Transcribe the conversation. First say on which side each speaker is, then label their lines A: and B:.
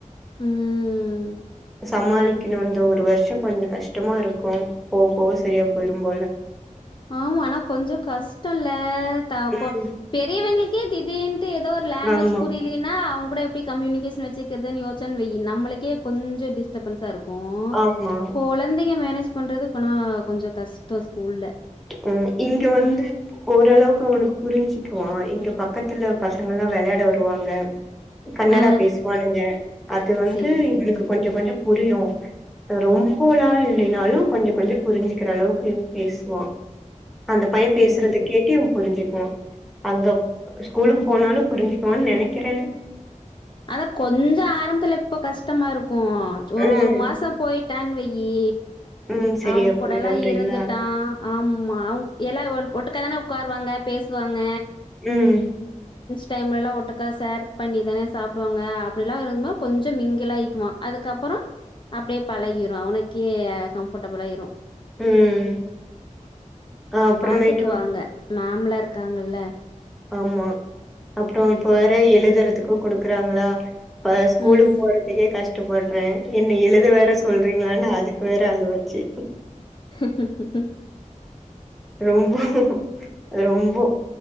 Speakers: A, on the left; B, in the centre.
A: உம்
B: சமாளிக்கணும் இந்த ஒரு வருஷம் கொஞ்சம் கஷ்டமா இருக்கும் போக போக சரியா போயிரும்போல
A: ஆமா ஆனா கொஞ்சம் கஷ்டம் இல்ல தாக்க
B: ம்
A: பெரியவங்களுக்கே திடீர்னு ஏதோ ஒரு லாங்குவேஜ்
B: ஆமா
A: புரியலன்னா அவங்க இப்டியே எப்டி கம்யூனிகேஷன் வச்சுக்கிறதுனு யோசிச்சேனு வைய்யி நம்மளுக்கே கொஞ்ச டிஸ்டபன்ஸா இருக்கும் க்கும்
B: ஆமா
A: கொழந்தைங்க மேனேஜ் பண்றது இப்பனா கொஞ்சம் கஷ்டம் ஸ்கூல்ல
B: ஆஹ் இங்க வந்து ஓரளவுக்கு அவனுக்கு புரிஞ்சுக்குவான் இங்க பக்கத்துல பசங்கலாம் வெளையாட வருவாங்க கன்னடா
A: ஆ
B: பேசுவானுங்க அது வந்து
A: சேரி சேரி
B: எனக்கு கொஞ்சம் கொஞ்சம் புரியும் ரொம்பலாம் இல்லைனாலும் கொஞ்சம் கொஞ்சம் புரிஞ்சுக்கிற அளவுக்கு பேசுவான் அந்த பையன் பேசுறதை
A: தெரியுது
B: கேட்டி இவன் புரிஞ்சு அங்க ஸ்கூலுக்கு போனாலும் புரிஞ்சுக்குவான்னு நெனைக்கிறே
A: அதான் கொஞ்சம் ஆரம்பத்துல இப்ப கஷ்டமா இருக்கும் போவான் ஒரு
B: ம்
A: ஒரு மாசம் போயிட்டானுவய்யி
B: ம் சரியா
A: அவன் கூடலாம்
B: போயிடுன்றீங்களா
A: இருந்துட்டான் ஆமா அவன் எல்லாம் ஒரு காதான உட்காருவாங்க பேசுவாங்க
B: உம்
A: டைம்லலாம் ஒட்டக்கா ஷேர் பண்ணி தானே சாப்பிட ப்பாங்க அப்டிலாம் இருந்தா கொஞ்சம் மிங்கிலாகிக்குவ அதுக்கப்பறம் அப்படியே பழகிடும் அவனுக்கே கம்பர்டபிளாகிரும்
B: ம் அ அப்புறமேட்டு
A: பாத்துக்கு வாங்க மேம்ளா இருக்காங்கல்ல
B: ஆமா அப்புறம் இப்ப வேற எழுதுறதுக்கும் குடுக்குறாங்களா ஸ்கூலுக்கு
A: ம்
B: போறதுக்கே கஷ்டப்படுறேன் என்ன எழுத வேற சொல்றீங்களானு அதுக்கு வேற அழுவாச்சி
A: உம்
B: ரொம்போ ரொம்போ